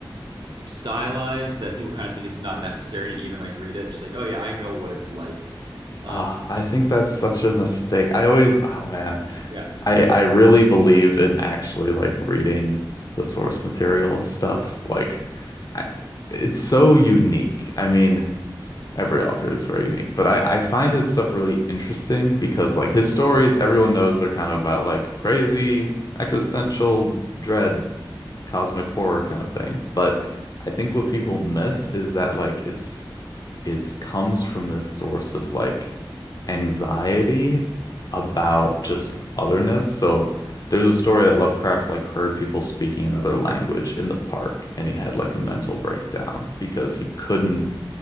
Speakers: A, on the right; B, on the left.
A: stylized that people kind of think it's not necessary to even like read it. Just like oh yeah, I know what it's like. Uh,
B: Ah, I think that's such a mistake. I always, oh man,
A: yeah,
B: I I really believe in actually like reading the source material of stuff. Like, I, it's so unique. I mean, every author is very unique, but I I find his stuff really interesting because like his stories, everyone knows they're kind of about like crazy existential dread cosmic horror kind of thing. But I think what people miss is that like it's it's comes from this source of like anxiety about just otherness. So there's a story that Lovecraft like heard people speaking another language in the park and he had like a mental breakdown because he couldn't